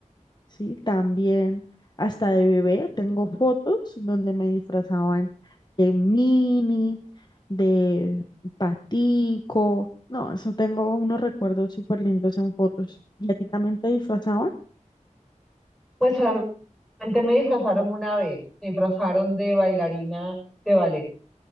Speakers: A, on the left (about 35°); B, in the centre.
A: Sí, también hasta de bebé tengo fotos donde me disfrazaban de mini, de patico. No, eso tengo unos recuerdos súper lindos en fotos. ¿Y a ti también te disfrazaban?
B: Pues solamente Antes me disfrazaron una vez, me disfrazaron de bailarina de ballet,